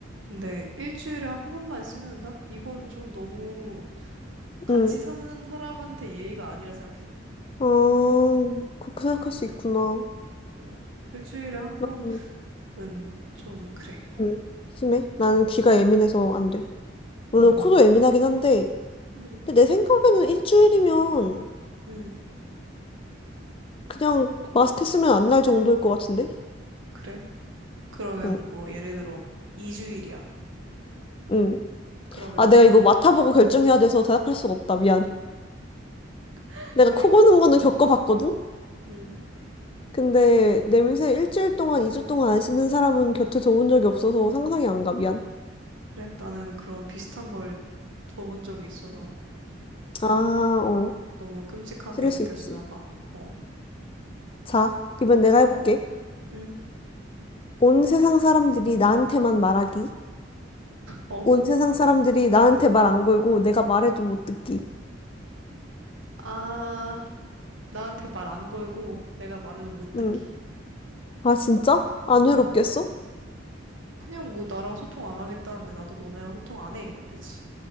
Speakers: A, on the right; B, on the left.
A: 근데 일주일에 한 번만 씻는다? 이건 좀 너무 같이
B: 응.
A: 사는 사람한테 예의가 아니라 생각해.
B: 아, 그렇게 생각할 수 있구나.
A: 어, 일주일에 한
B: 나는
A: 번은 좀 그래.
B: 응. 심해. 나는 귀가 예민해서 안 돼. 물론
A: 음,
B: 코도 예민하긴 한데
A: 음,
B: 근데 내 생각에는 일주일이면
A: 음,
B: 그냥 마스크 쓰면 안 날 정도일 것 같은데?
A: 그래. 그러면
B: 응.
A: 뭐 예를 들어 2주일이야.
B: 응.
A: 그러면
B: 아, 내가 이거 맡아보고 결정해야 돼서 대답할 수가 없다. 미안.
A: <laughs>
B: 내가
A: 그래.
B: 코 고는 거는 겪어봤거든?
A: 음.
B: 근데 냄새 일주일 동안, 2주 동안 안 씻는 사람은 곁에 둬본 적이 없어서 상상이 안 가. 미안.
A: 그래? 나는 그런 비슷한 걸 들어본 적이 있어서
B: 아, 어.
A: 너무 끔찍하게
B: 그럴
A: 느껴지나
B: 수 있지.
A: 봐. 어,
B: 자, 이번 내가 해볼게.
A: 응,
B: 온 세상 사람들이 나한테만 말하기.
A: 어,
B: 온 세상 사람들이 나한테 말 안 걸고 내가 말해도 못 듣기.
A: 아, 나한테 말 안 걸고 내가 말해도 못 듣기.
B: 응. 아, 진짜? 안 외롭겠어?
A: 응, 그냥 뭐 나랑 소통 안 하겠다는데 나도 너네랑 소통 안 해. 이런 데지.